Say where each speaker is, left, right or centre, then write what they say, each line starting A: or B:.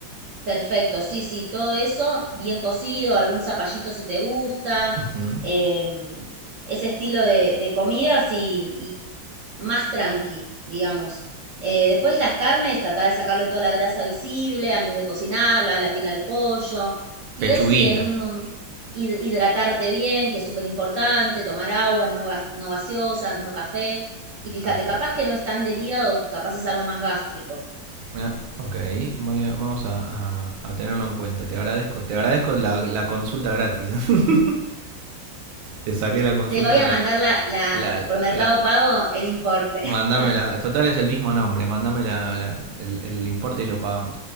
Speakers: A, on the right; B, on the right.
A: Perfecto, sí, sí, todo eso bien cocido, algún zapallito si te gusta,
B: Uh-huh.
A: em, ese estilo de, de comidas y, y más tranqui, digamos. Eh, después las carnes, tratar de sacarle toda la grasa visible antes de cocinarla, la piel al pollo y
B: Pechuguita.
A: ver si en un- hid- hidratarte bien, que es súper importante, tomar agua, no, gas- no gaseosas, no café. Y fíjate,
B: Perfecto.
A: capaz que no es tan del hígado, capaz es algo más gástrico.
B: Ah, ok, vamos a, a- a tenerlo en cuenta. Te agradezco, te agradezco la, la consulta gratis. <laughs> Te saqué la consulta
A: Te voy a
B: gratis.
A: mandar la, la-
B: La, la-
A: por Mercado
B: la-
A: Pago el importe.
B: Mándame
A: <laughs>
B: Total es el mismo nombre. Mándame la, la- el, el importe y lo pagamos.